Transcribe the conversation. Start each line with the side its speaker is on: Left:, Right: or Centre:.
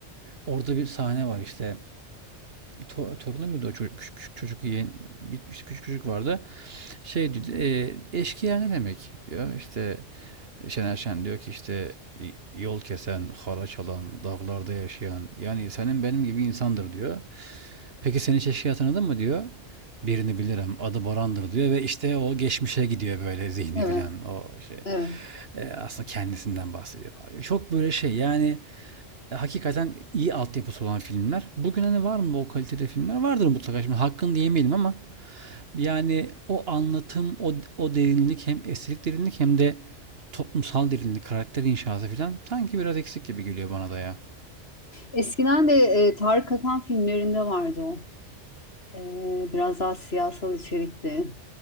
Right: Orada bir sahne var işte. To- torunu muydu o çocuk? Küçük, küçük çocuk yeğen. Bir, işte küçük çocuk vardı. Şey e, eşkıya ne demek diyor. İşte Şener Şen diyor ki işte yol kesen, haraç alan, dağlarda yaşayan yani senin benim gibi insandır diyor. Peki senin çeşkiyi tanıdın mı diyor. Birini bilirim adı Boran'dır diyor ve işte o geçmişe gidiyor böyle zihni
Left: evet,
Right: filan o şey.
Left: evet.
Right: E, aslında kendisinden bahsediyor. falan. Çok böyle şey yani e, hakikaten iyi altyapısı olan filmler. Bugün hani var mı o kalitede filmler? Vardır mutlaka şimdi hakkını diyemeyelim ama yani o anlatım, o, o derinlik hem estetik derinlik hem de toplumsal derinlik, karakter inşası filan sanki biraz eksik gibi geliyor bana da ya.
Left: Eskiden de e, Tarık Akan filmlerinde vardı o. E, biraz daha siyasal içerikli,